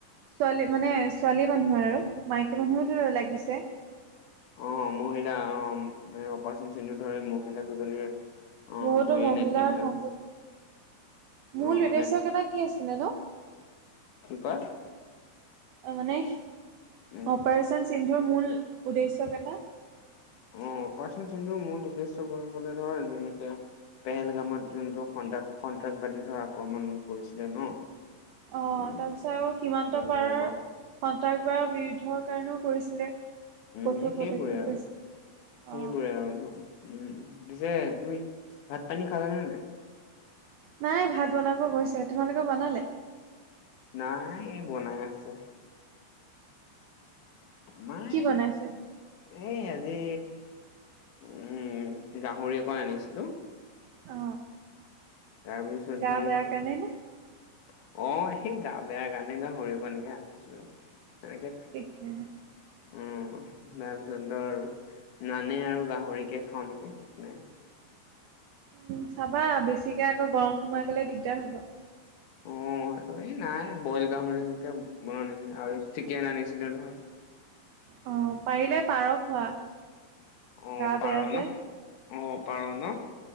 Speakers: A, on the right; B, on the left.
A: ছোৱালী মানে ছোৱালী মানুহ আৰু মাইকী মানুহোতো লাগিছে।
B: অ মহিলা অ মান অপাৰেচন চিন ধৰে মহিলা দুজনীৰ অ
A: বহুতো
B: দুয়ে
A: মহিলাৰ
B: নেতৃত্ব
A: সংযোগ মূল
B: অ
A: উদ্দেশ্যকেইটা
B: নে
A: কি আছিলে নো
B: কি কয়
A: অ মানে অপাৰেচন
B: উম
A: সিন্ধুৰ মূল উদ্দেশ্যকেইটা
B: অ পাচন চিন্ধুৰ মূল উদ্দেশ্য বুলি কলে ধৰ যেনেকে পেহেলগামত যোনটো সান্ত্ৰস সন্ত্ৰাসবাদী ধৰ আক্ৰমণ কৰিছিলে ন
A: অ
B: উম
A: তাৰপিছত আৰু সীমান্ত
B: এ
A: পাৰৰ
B: তেনেকুৱা
A: সন্ত্ৰাসবাদৰ বিৰুদ্ধৰ কাৰণেও কৰিছিলে।
B: উম
A: কঠোৰ
B: সেইবোৰে
A: পদক্ষেপ
B: আৰু
A: লৈছিলে অ
B: সেইবোৰে আৰু ধৰ। উম পিছে তুমি ভাত পানী খালা নে নাই?
A: নাই ভাত বনাব গৈছে তোমালোক বনালে?
B: নাই এ বনাই আছে। মাই
A: কি বনাইছে
B: এ আজি উম গাহৰি অকণ আনিছিলো।
A: অ
B: <unintelligible>
A: গা বেয়া কাৰণে নে
B: অ সেই গা বেয়া কাৰনে গাহৰী একনকে আনিছো সেনেকে
A: ঠিকে আছে
B: উম তাৰপিছত ধৰ নানে আৰু গাহৰিকে খাওঁ খাওঁ নেকি ঠিক নাই।
A: উম চাবা বেছিকে আকৌ গৰম সোমাই গ'লে দিগদাৰ হ'ব।
B: উ মইতো এই নাই বইল গাহৰিকে বনাও নেকি আৰু চিকেন আনিছিলো ধৰ
A: অ পাৰিলে পাৰ খোৱা।
B: অ
A: গা বেয়া
B: পাৰ
A: যে
B: ন অ পাৰ ন